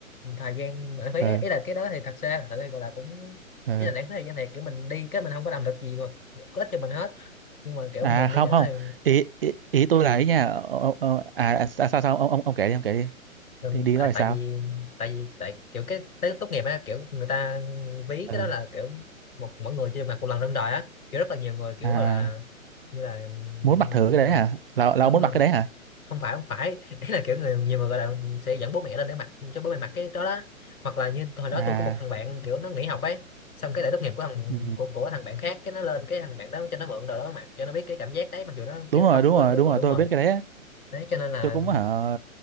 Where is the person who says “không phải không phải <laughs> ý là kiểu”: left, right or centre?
Left